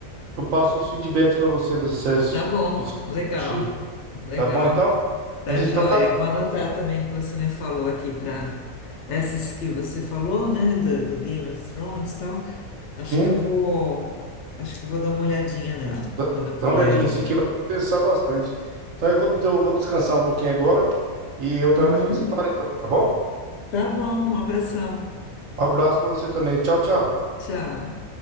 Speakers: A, on the right; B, on the left.
A: eu passo os feedbacks para você dos certos
B: Tá bom,
A: que eu
B: legal,
A: achei.
B: legal,
A: Tá bom então?
B: tá
A: Mas
B: joia.
A: então tá bom
B: Vou
A: então.
B: anotar também o que você me falou aqui para essas que você falou, né, do, do Game of Thrones e tal. Acho
A: Sim,
B: que eu vou, acho que eu vou dar uma olhadinha nela
A: dá dá
B: quando eu puder
A: uma olhadinha
B: aqui.
A: sim que vai pensar bastante. Então eu vou, eu vou descansar um pouquinho agora e outra
B: Uhum.
A: hora a gente se fala então, tá bom?
B: Tá bom, um abração.
A: Um abraço para você também. Tchau, tchau.
B: Tchau.